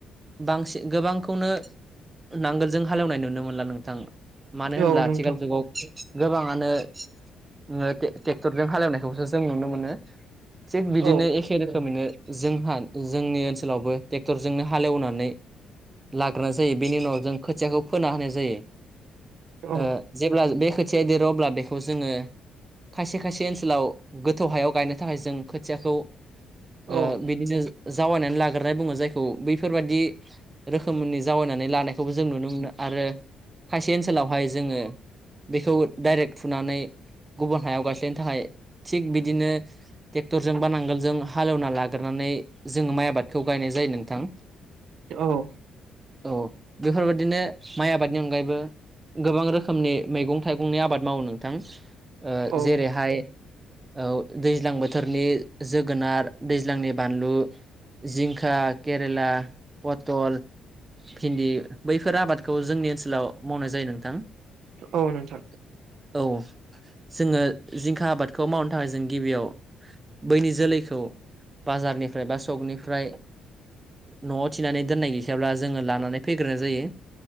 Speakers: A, on the right; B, on the right.
A: बांसिन गोबांखौनो नांगोलजों हालेवनाय नुनो मोनला नोंथां मानो होनब्ला
B: औ नोंथां
A: आथिखाल जुगाव गोबाङानो ओ टे-टेक्टरजों हालेवनायखौसो जों नुनो मोनो। थिग बिदिनो
B: औ
A: एख खे रोखोमैनो जोंहा जोंनि ओनसोलावबो टेक्टरजोंनो हालेवनानै लाग्रोनाय जायो बेनि उनाव जों खोथियाखौ फोना होनाय जायो।
B: औ
A: ओ जेब्ला बे खोथिया देरो अब्ला बेखौ जोङो खायसे खायसे ओनसोलाव गोथौ हायाव गायनो थाखाय जों खोथियाखौ
B: औ
A: ओ बि बिदिनो जावायनानै लाग्रोनाय बुङो जायखौ बैफोरबादि रोखोमनि जावायनानै लानायखौबो जों नुनो मोनो आरो खायसे ओनसोलावहाय जोङो बेखौ डाइरेक फुनानै गुबुन हायाव गायस्लायनो थाखाय थिग बिदिनो टेक्टरजों बा नांगोलजों हालेवना लाग्रोनानै जोङो माइ आबादखौ गायनाय जायो नोंथां। <inaudible>
B: औ।
A: औ औ बेफोरबायदिनो माइ आबादनि अनगायैबो गोबां रोखोमनि मैगं थाइगंनि आबाद मावो नोंथां ओ
B: औ
A: जेरैहाय औ दैज्लां बोथोरनि जोगोनार दैज्लांनि बानलु जिंखा केरेला पटल भिन्दि बैफोर आबादखौ जोंनि ओनसोलाव मावनाय जायो नोंथां।
B: औ नोंथां
A: ओ औ। जोङो जिंखा आबादखौ मावनो थाखाय जों गिबियाव बैनि जोलैखौ बाजारनिफ्राय बा सकनिफ्राय न'आव थिनानै दोननाय गैखायाब्ला जोङो लानानै फैग्रोनाय जायो।